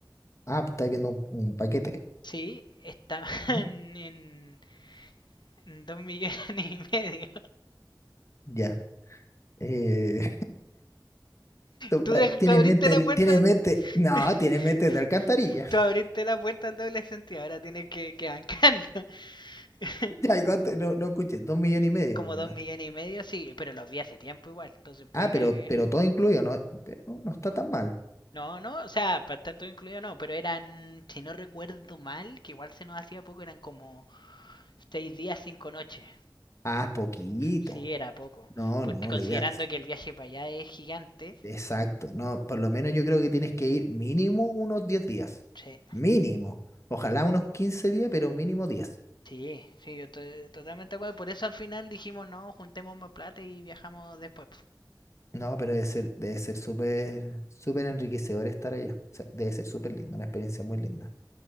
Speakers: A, on the left; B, on the left.
A: Ah, pues estáis viendo un, un paquete.
B: sí, estaban <laughs>
A: ¿Mm?
B: en, en dos millones y medio.
A: Ya. Eh, Tu
B: Tú,
A: pa-
B: dej-
A: Tiene
B: tú abriste
A: mente,
B: la puerta,
A: tiene
B: al-
A: mente, no,
B: <laughs>
A: tiene mente de alcantarilla.
B: tú abriste
A: <laughs>
B: la puerta al doble sentido, ahora tienes que, que bancarlo. <laughs>
A: Ya, ¿y cuánto? No, no escuché, dos millones y medio
B: Como
A: más o menos.
B: dos millones y medio, sí, pero los vi hace tiempo igual, entonces puede
A: Ah, pero,
B: que
A: pero todo incluido, no, no, no está tan mal.
B: No, no, o sea, para estar todo incluido no, pero eran, si no recuerdo mal, que igual se nos hacía poco, eran como seis días, cinco noches.
A: Ah, poquito.
B: Sí, era poco.
A: No,
B: Porque
A: no,
B: considerando
A: la idea,
B: que el viaje para allá es gigante,
A: exacto. No, por lo menos yo creo que tienes que ir mínimo unos 10 días.
B: sí,
A: Mínimo. Ojalá unos 15 días, pero mínimo 10.
B: sí, sí, yo estoy totalmente de acuerdo. Por eso al final dijimos, no, juntemos más plata y viajamos después.
A: No, pero debe ser, debe ser súper, súper enriquecedor estar allá. O sea, debe ser súper lindo, una experiencia muy linda.